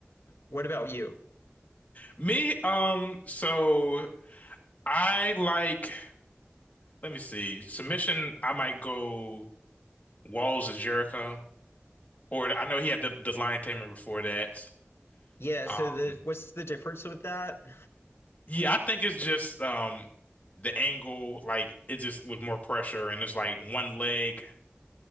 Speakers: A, on the left (about 70°); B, on the left (about 40°).
A: What about you?
B: Me, um, so I like, let me see, submission, I might go Walls of Jericho, or I know he had the, the Lion Tamer before that.
A: Yeah, so
B: Um,
A: the what's the difference with that?
B: Yeah, I think it's just um the angle, like it just was more pressure and it's like one leg.